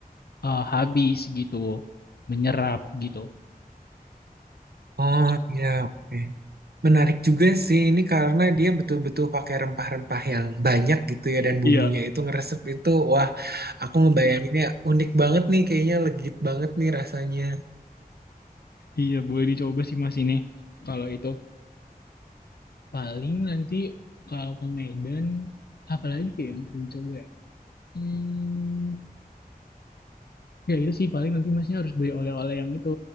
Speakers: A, on the left (about 80°); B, on the right (about 85°).
A: eh, habis gitu, menyerap gitu.
B: Oh, iya, oke. Menarik juga sih ini karena dia betul-betul pakai rempah-rempah yang banyak gitu ya dan bumbunya
A: Iya,
B: itu ngeresep itu wah aku ngebayanginnya unik banget nih kayaknya legit banget nih rasanya.
A: iya boleh dicoba sih mas ini. Kalau itu. Paling nanti kalau ke Medan apalagi ya yang perlu dicoba ya? Hmm, Ya itu sih paling nanti masnya harus beli oleh-oleh yang itu,